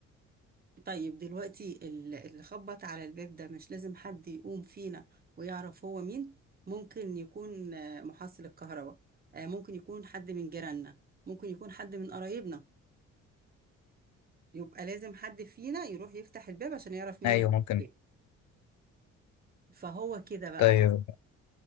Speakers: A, on the right; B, on the left.
A: طيب دلوقتي ال- اللي خبط على الباب ده مش لازم حد يقوم فينا ويعرف هو مين ممكن يكون آه، محصل الكهرباء آه، ممكن يكون حد من جيراننا ممكن يكون حد من قرايبنا يبقى لازم حد فينا يروح يفتح الباب عشان يعرف مين
B: ايوه
A: اللي في
B: ممكن
A: البيت فهو كده بقى
B: طيب